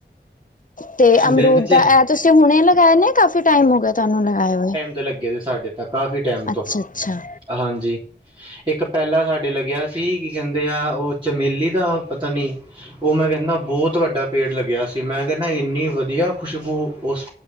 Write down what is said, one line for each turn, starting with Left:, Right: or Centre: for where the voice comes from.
Left: ਤੇ ਅਮਰੂਦ
Right: ਦਿਨ ਚ
Left: ਦਾ, ਇਹ ਤੁਸੀਂ ਹੁਣੇ ਲਗਾਇਆ ਨਾ ਕਾਫੀ ਟਾਈਮ ਹੋ ਗਿਆ ਤੁਹਾਨੂੰ ਲਗਾਏ ਹੋਏ।
Right: ਤੇ ਲੱਗੇ ਨੇ ਸਾਡੇ ਤਾਂ ਕਾਫੀ ਟਾਈਮ
Left: ਅੱਛਾ
Right: ਤੋਂ
Left: ਅੱਛਾ
Right: ਹਾਂਜੀ। ਇੱਕ ਪਹਿਲਾ ਸਾਡੇ ਲੱਗਿਆ ਸੀ ਕਿ ਕਹਿੰਦੇ ਆ ਉਹ ਚਮੇਲੀ ਦਾ ਪਤਾ ਨਹੀਂ। ਉਹ ਮੈਂ ਕਹਿੰਨਾ ਬਹੁਤ ਵੱਡਾ ਪੇੜ ਲੱਗਿਆ ਸੀ। ਮੈਂ ਕਹਿੰਨਾ ਇੰਨੀ ਵਧੀਆ ਖੁਸ਼ਬੂ ਉਸ